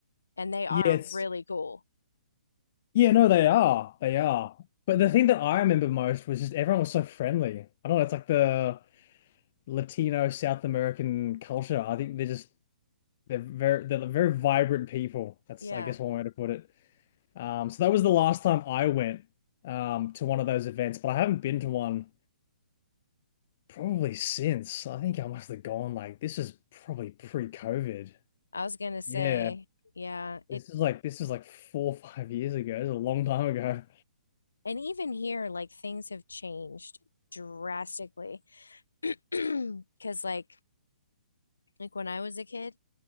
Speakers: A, on the left; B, on the left.
A: and they are
B: yeah, it's
A: really cool.
B: yeah, no, they are, they are. But the thing that I remember most was just everyone was so friendly. I don't know, it's like the Latino South American culture. I think they're just They're very they're very vibrant people. That's
A: Yeah,
B: I guess one way to put it. Um, so that was the last time I went um, to one of those events, but I haven't been to one probably since. I think I must have gone like this is probably pre-COVID.
A: I was gonna say,
B: Yeah,
A: yeah, it
B: this is like this is like four or five years ago. It's a long time ago.
A: and even here, like things have changed drastically <clears throat> because like like when I was a kid,